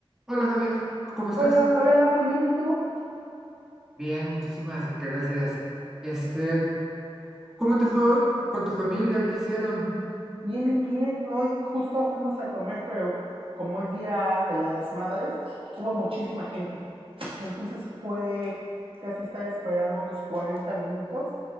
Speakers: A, in the centre; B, on the right.
A: Hola Javier, ¿cómo estás?
B: Hola, hola, muy bien, ¿y tú?
A: Bien, muchísimas gracias. Este, ¿cómo te fue hoy con tu familia? ¿Qué hicieron?
B: Bien, bien, bien. Hoy justo fuimos a comer, pero como es Día de las Madres, hubo muchísima gente. Entonces fue casi estar esperando unos 40 minutos